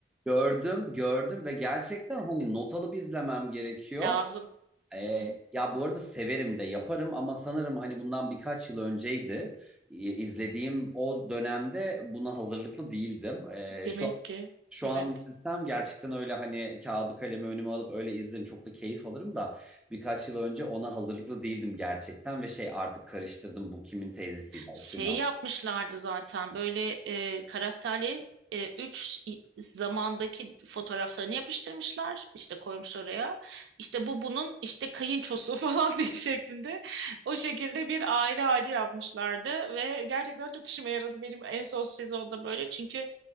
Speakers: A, in the centre; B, on the right.
A: Gördüm, gördüm ve gerçekten hani not alıp izlemem gerekiyor.
B: <laughs> Lazım.
A: Ee,
B: Hı hı.
A: ya bu arada severim de yaparım ama sanırım hani bundan birkaç yıl önceydi. İ- izlediğim o dönemde buna hazırlıklı değildim. Ee,
B: Demek
A: şu
B: ki.
A: şu
B: Evet.
A: an izlesem gerçekten öyle hani kağıdı kalemi önüme alıp öyle izlerim çok da keyif alırım da birkaç yıl önce ona hazırlıklı değildim gerçekten ve şey artık karıştırdım bu kimin teyzesiydi. o
B: Şey
A: kimin
B: yapmışlardı zaten böyle e, karakterlerin e, üç zamandaki fotoğraflarını yapıştırmışlar. İşte koymuş oraya. İşte bu bunun işte kayınçosu <laughs> falan diye şeklinde. O şekilde bir aile ağacı yapmışlardı ve gerçekten çok işime yaradı benim en son sezonda böyle. Çünkü